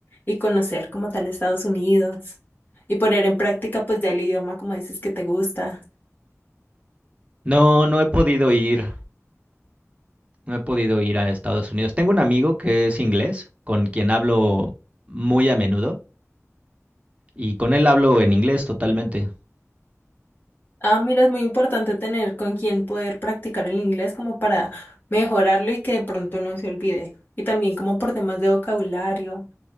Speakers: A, on the left; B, on the right.
A: y conocer como tal Estados Unidos y poner en práctica pues ya el idioma como dices que te gusta.
B: No, no he podido ir. No he podido ir a Estados Unidos. Tengo un amigo que es inglés, con quien hablo muy a menudo, y con él hablo en inglés totalmente.
A: Ah, mira, es muy importante tener con quién poder practicar el inglés como para mejorarlo y que de pronto no se olvide. Y también como por temas de vocabulario.